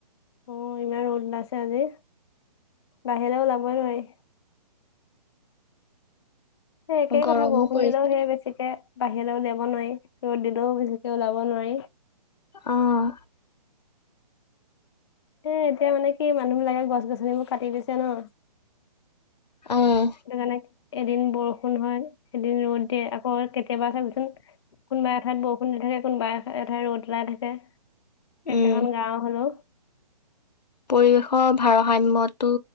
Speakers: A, on the left; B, on the left.
A: অ ইমান ৰ'দ ওলাইছে আজি, বাহিৰলৈ ওলাবই নোৱাৰি। সেই একেই
B: উম গৰমো
A: কথা বৰুষুণ
B: পৰিছে
A: দিলেও সে বেছিকে বাহিৰলৈ উলিয়াব নোৱাৰি, ৰদ দিলেও বেছিকে ওলাব নোৱাৰি।
B: আহ।
A: এ এতিয়া মানে কি মানুহবিলাকে গছ গছনিবোৰ কাটি দিছে ন।
B: উম
A: সেইটো কাৰণে এদিন বৰষুণ হয়, এদিন ৰ'দ দিয়ে আকৌ কেতিয়াবা চাবচোন কোনোবা এঠাইত বৰষুণ দি থাকে, কোনোবা এঠাইত ৰ'দ ওলাই থাকে।
B: উম
A: একেখন গাৱৰ হলও।
B: পৰিৱেশৰ ভাৰসাম্যটো